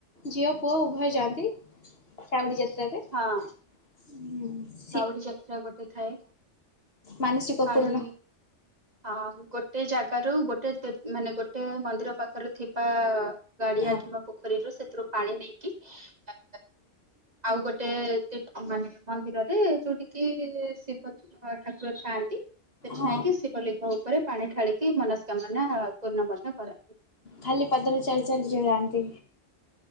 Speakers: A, on the left; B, on the right.
A: ଝିଅ ପୁଅ ଉଭୟ ଯାଆନ୍ତି କାଉଡି ଯାତ୍ରାରେ।
B: ହଁ।
A: ହୁଁ <inaudible>
B: କାଉଡି ଯାତ୍ରା ଗୋଟେ ଥାଏ
A: ମାନସିକ
B: ପାଣି।
A: ପୂରଣ
B: ହଁ ଗୋଟେ ଜାଗାରୁ ଗୋଟେ ମାନେ ଗୋଟେ ମନ୍ଦିର ପାଖରେ ଥିବା। ଗାଡିଆ
A: ହଁ
B: କିମ୍ବା ପୋଖରୀରୁ ସେଥିରୁ ପାଣି ନେଇକି ଆ ଆଉ ଗୋଟେ। ଗୋଟେ ମାନେ ମନ୍ଦିରରେ ଯୋଉଠି କିି ଶିବ ଠାକୁର ଥାଆନ୍ତି। ସେଠି
A: ହଁ
B: ନେଇକି ଶିବଲିଙ୍ଗ ଉପରେ ପାଣି ଢାଳିକି ମନସ୍କାମନା ପୂର୍ଣ୍ଣ ମଧ୍ୟ କରନ୍ତି।
A: ଖାଲି ପାଦରେ ଚାଲି ଚାଲି ଯୋ ଯାଆନ୍ତି।